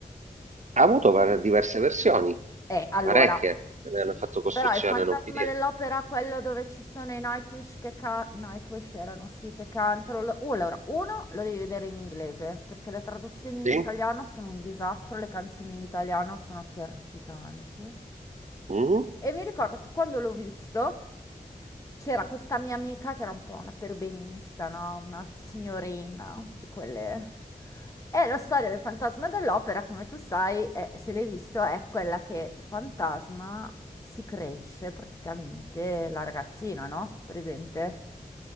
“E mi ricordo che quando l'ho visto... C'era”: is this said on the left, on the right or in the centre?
Left